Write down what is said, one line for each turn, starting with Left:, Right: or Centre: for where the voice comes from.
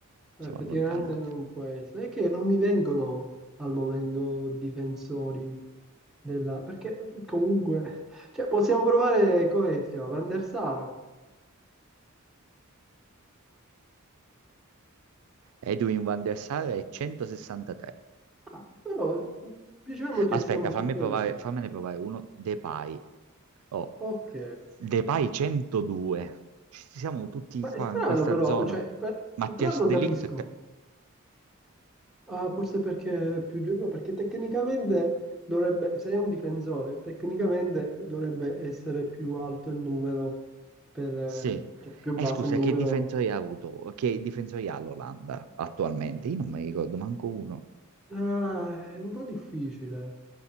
Centre: effettivamente
Right: Siamo allontanati.
Centre: non può essere. È che non mi vengono al momento difensori della... Perché comunque... Cioè, possiamo provare, come si chiama? Van der Sar.
Right: Edwin van der Sar è 163.
Centre: Ah, però diciamo che
Right: Aspetta,
Centre: siamo
Right: fammi
Centre: su quello.
Right: provare, fammene provare uno. Depay. Oh,
Centre: Ok.
Right: Depay 102. Ci siamo tutti
Centre: Ma
Right: qua
Centre: è strano
Right: in questa
Centre: però,
Right: zona.
Centre: cioè, per-
Right: Mattias
Centre: però non
Right: De
Centre: capisco.
Right: Ligt. è te-
Centre: Ah, forse perché è più giovane, perché tecnicamente dovrebbe, se è un difensore, tecnicamente dovrebbe essere più alto il numero, per, eh,
Right: Sì.
Centre: cioè più
Right: E
Centre: basso
Right: scusa,
Centre: il numero.
Right: che difensori ha avuto? Che difensori ha l'Olanda attualmente? Io non mi ricordo manco uno.
Centre: Ah, è un po' difficile.